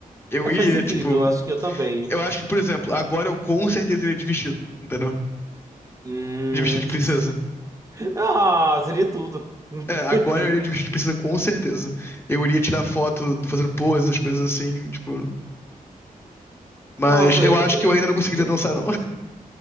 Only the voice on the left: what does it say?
Eu
iria,
tipo.
Eu acho que, por exemplo, agora eu com certeza iria de vestido, entendeu?
De vestido de
princesa.
É,
agora eu iria de vestido de princesa com certeza. Eu iria tirar foto fazendo poses, coisas assim, tipo. Mas
eu
acho
que eu ainda não conseguiria
dançar, não. <laughs>